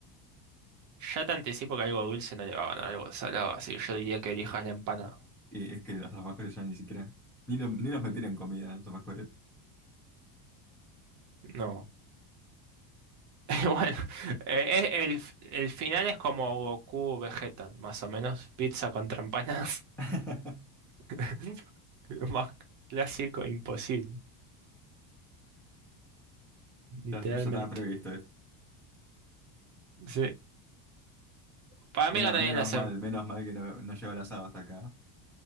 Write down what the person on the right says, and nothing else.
Ya te anticipo que algo dulce no le va a ganar algo salado, así que yo diría que elijas la empanada.
No. <laughs> Bueno, eh, eh, el, el final es como Goku Vegeta, más o menos. Pizza contra empanadas.
<laughs> Lo más clásico imposible, literalmente.
Sí. Para
mí ganarían
las.
asado.